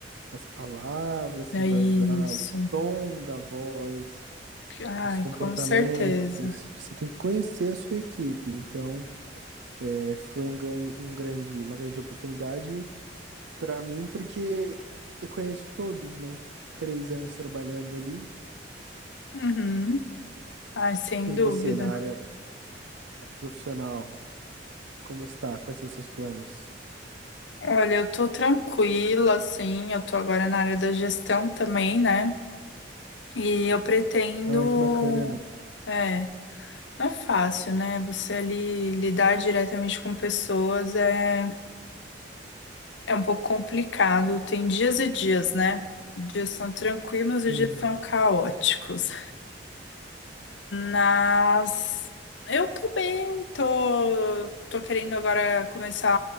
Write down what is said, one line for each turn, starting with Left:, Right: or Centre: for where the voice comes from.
Right: as palavras
Left: é
Right: que vai
Left: isso.
Right: usar, o tom da voz,
Left: Ai,
Right: os comportamentos.
Left: com certeza.
Right: Você tem que conhecer a sua equipe. Então, é, foi um, gran- um grande, uma grande oportunidade para mim, porque eu conheço todos, né? Três anos trabalhando ali.
Left: Uhum. Ai, sem
Right: E
Left: dúvida.
Right: você, na área profissional, como está? Quais são os seus planos?
Left: Olha, eu tô tranquila, assim, eu tô agora na área da gestão também, né? E eu pretendo.
Right: Ai, que bacana.
Left: É, não é fácil, né? Você ali lidar diretamente com pessoas é, é um pouco complicado. Tem dias e dias, né? Dias são tranquilos e
Right: Sim,
Left: dias são caóticos. Mas eu tô bem, tô, tô querendo agora começar